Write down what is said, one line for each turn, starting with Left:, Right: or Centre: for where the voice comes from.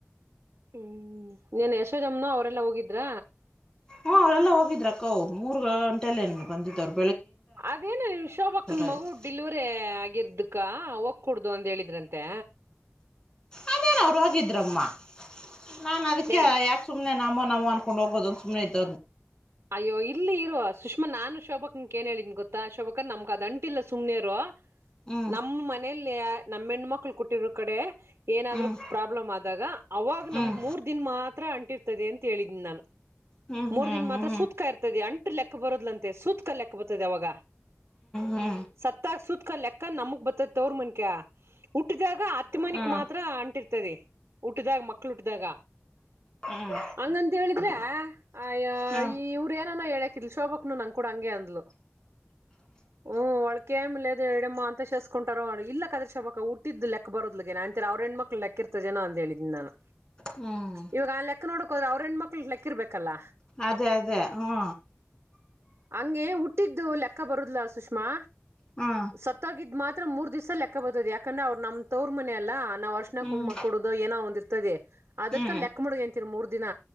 Right: ಹ್ಮ ನೀನ್ ಯಶೋಜಮ್ಮನ ಅವರೆಲ್ಲಾ ಹೋಗಿದ್ರ
Left: ಹ್ಮ ಅವರೆಲ್ಲಾ ಹೋಗಿದ್ರ ಅಕ್ಕ ಮೂರ್ ಗಂಟೆಲ್ಲೇನ್ ಬಂದಿದವ್ರು
Right: ಅದೇನ ನೀವು ಶೋಭಾಕ್ನ್
Left: ಆಯ್ತು
Right: ಮಗು ಡಿಲಿವರಿ ಆಗಿರ್ದಕ್ ಕ ಒ ಕುಡ್ದು ಅಂತ ಹೇಳಿದ್ರಂತೆ
Left: ಅದೇನಾವ್ ರೋಗಿದ್ರಮ್ಮ ನಾನ್ ಅದಕ್ಕೆ
Right: ಏಯ್
Left: ಯಾಕ ಸುಮ್ಮನೆ ನಮ್ಮ ನಾವು ಅನ್ಕೊಂಡು ಹೋಗೋದೊ ಸುಮ್ಮನೆ ಇದ್ದ
Right: ಅಯ್ಯೋ ಇಲ್ಲಿ ಇರುವ ಸುಷ್ಮಾ ನಾನು ಶೋಭಾ ಅಕ್ಕಂಗ ಏನ್ ಹೇಳಿದಿ ಗೊತ್ತಾ ಕ್ಕ ನಮಗೆ ಆದ ಅಂಟಿಲ್ ಸುಮ್ಮನೆರು <unintelligible>
Left: ಹ್ಮ್
Right: ನಮ್ಮ ಮನೇಲಿ ನಮ್ಮ ಹೆಣ್ಣ ಮಕ್ಕಳ ಕೊಟ್ಟಿರು ಕಡೆ ಏನಾದ್ರೂ
Left: ಹ್ಮ್
Right: ಪ್ರಾಬ್ಲಮ್ ಆದಾಗ ಅವಾಗ
Left: ಹ್ಮ್
Right: ನಮ್ಗ್ ಮೂರ್ ದಿನ ಮಾತ್ರ ಅಂಟಿರ್ತದೆ ಕೇಳಿದ್ದ ನಾನು
Left: ಹ್ಮ್
Right: ಮೂರ್
Left: ಹ್ಮ್
Right: ದಿನ ಮಾತ್ರ
Left: ಹ್ಮ್ ಹ್ಮ್
Right: ಸುತಕಾ ಇರ್ತದೆ ಅಂಟ ಲೆಕ್ಕ ಬರೋದಲಂತೆ ಸೂತಕ ಲೇಕ್ ದೆ ಅವಾಗ
Left: ಹ್ಮ್ ಹ್ಮ್ ಹ್ಮ್
Right: ಸತ್ತಾಗ ಸೂತಕ್ ಕ ಲೆಕ್ಕ ನಮಕ ಬರ್ತಾದ ತವರಮನೆ ಹುಟ್ಟಿದಾಗ ಹತ್ತ ಮನಿಕ
Left: ಹ್ಮ್
Right: ಮಾತ್ರ ಅಂಟಿರ್ತದೆ ಉಟಿದಾಗ ಮಕ್ಳ ಉಟ್ಟಿದಾಗ
Left: ಹ್ಮ್ ಹ್ಮ್
Right: ಹಂಗಂತ ಹೇಳಿದ್ರೆ ಅಯ್ಯೋ
Left: ಹ್ಮ್
Right: ಇವರೇ ಎನನ ಹೇಳೆ ಕಲ್ಸೋಬಕ್ ನಂಗ ಕೂಡ ಹಂಗೆ ಅಂದ್ಲು ಹ ಒಳಕ್ ಕೆಮಲೆ ಹೇಳ ಇಡಮ್ಮ ಅಂತ ಶೇಸ್ಕೊಟಾರೋ ಇಲ್ಲ ಕಣೇ ಶೊಭಕ್ಕ ಹುಟ್ಟಿದ್ದ ಬರದ್ ಏನ ಅಂತರ ಅವ್ರ ಹೆಣ್ಮಕ್ ಲೆಕ್ಕಿರ್ತ ಜನ ಅಂತ ಹೇಳಿದ ನಾನು
Left: ಹ್ಮ್
Right: ಇವಾಗ ಆ ಲೆಕ್ಕ ನೋಡಕ್ ಹೋದ್ರೆ ಅವರ್ ಹೆಣ ಮಕ್ಳ ಲೆಕ್ಕ ಹಾಕಿರ್ಬೇಕಲ್ಲಾ
Left: ಅದೇ ಅದೇ ಹ್ಮ
Right: ಹಂಗೆ ಹುಟ್ಟಿದ್ದು ಲೆಕ್ಕ ಬರುದ್ಲ ಸುಷ್ಮಾ
Left: ಹ್ಮ
Right: ಸತ್ತಾಗಿದ ಮಾತ್ರ ಮೂರ್ ದವಸ ಲೆಕ್ಕ ಬದ ಯಾಕಂದ್ರ ಅವ್ ನಮ ತವರ್ ಮನೆಯ ಅಲ್ಲ ನಾವು ಅರಿಶಿನ
Left: ಹ್ಮ್
Right: ಕುಂಕುಮ ಕೊಡುದು ಏನೋ ಒಂದು ಇರ್ತದೆ ಅದಕ್ಕ
Left: ಹ್ಮ್
Right: ಲೆಕ್ಕ ಮಗ ಅಂತರ್ ಮೂರ್ ದಿನ